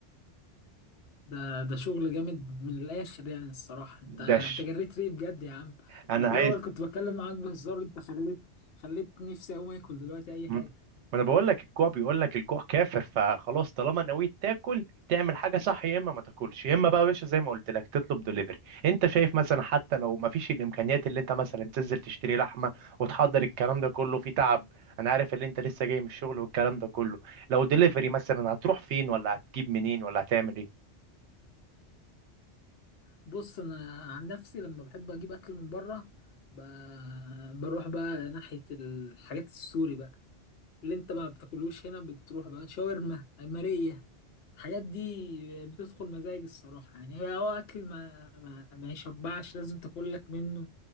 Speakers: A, on the left; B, on the right.
A: ده ده شغل جامد من الاخر يعني الصراحه انت انت
B: دش
A: جريت ليه بجد يا عم
B: انا
A: انا في
B: عايز
A: الاول كنت بتكلم معاك بهزار انت خليت خليت نفسي اقوم اكل دلوقتي اي
B: ما
A: حاجه
B: انا بقول لك الجوع بيقول لك الجوع كافر فخلاص طالما نويت تاكل تعمل حاجه صح يا اما ما تاكلش يا اما بقى يا باشا زي ما قلت لك تطلب دليفري انت شايف مثلا حتى لو ما فيش الامكانيات اللي انت مثلا تنزل تشتري لحمه وتحضر الكلام ده كله في تعب انا عارف ان انت لسه جاي من الشغل والكلام ده كله لو دليفري مثلا هتروح فين ولا هتجيب منين ولا هتعمل ايه
A: بص انا عن نفسي لما بحب اجيب اكل من بره ب... بروح بقى ناحيه الحاجات السوري بقى اللي انت ما بتاكلوش هنا بتروح بقى شاورما ماريه الحاجات دي بتدخل مزاج الصراحه يعني هي هو اكل ما... ما ما يشبعش لازم تاكل لك منه